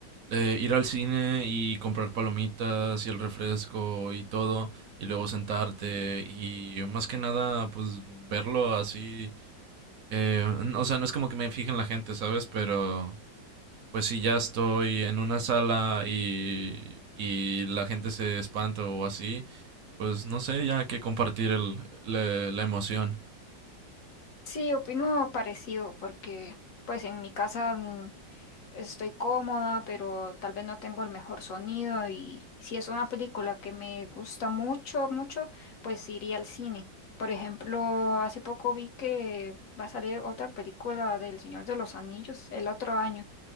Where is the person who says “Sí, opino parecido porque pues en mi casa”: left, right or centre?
Left